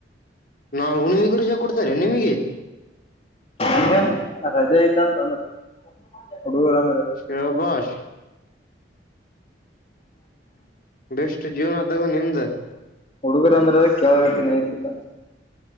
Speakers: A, on the left; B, on the left.
A: ನಾ ಹುಣಮಿಗರುಜ ಕೊಡ್ತಾರೆ ನಿಮಗೆ
B: ಈಗನ್ ರಜೆ ಐತ ಅಂತಂದ್ರ ಹಡುಗರಂದರ
A: ಶಬಾಷ್ ಬೆಷ್ಟು ಜೀವನ ತಗೋ ನಿಮ್ದ
B: ಹುಡುಗರುಂದ್ರ ಅದ ಕಾಗತನ ಐ್ತಿಲ್ಲ